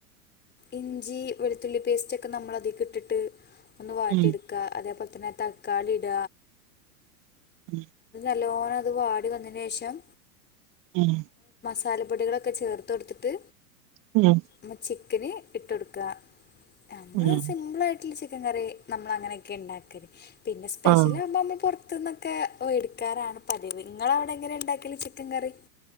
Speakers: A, on the left; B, on the right.
A: ഇഞ്ചി വെളുത്തുള്ളി പേസ്റ്റ് ഒക്കെ നമ്മളതിക ഇട്ടിട്ട് ഒന്ന് വാട്ടിയ
B: ഉം
A: എടുക്കുക അതേപോലെ തന്നെ തക്കാളിട
B: ഉം
A: നല്ലോണം അത് വാടി വന്നന് ശേഷം
B: ഉം
A: സാലപ്പൊടികളൊക്കെ ചേർത്ത് കൊടുത്തിട്ട്
B: ഉം
A: നമ്മ ചിക്കന് ഇട്ട കൊടുക്കുക നമ്മള്
B: ഉം ഉം
A: സിമ്പിൾ ആയിട്ടുള്ള ചിക്കൻ കറി നമ്മൾ അങ്ങനെയൊക്കെ ഉണ്ടാക്കൽ പിന്നെ സ്പെഷ്യൽ
B: ഉം
A: ആകുമ്പോൾ നമ്മൾ പുറത്തു നിന്നൊക്കെ എടുക്കാറാണ് പതിവ് നിങ്ങളെ അവിടെ എങ്ങനെ ഇണ്ടാക്കല്ല ചിക്കൻ കറി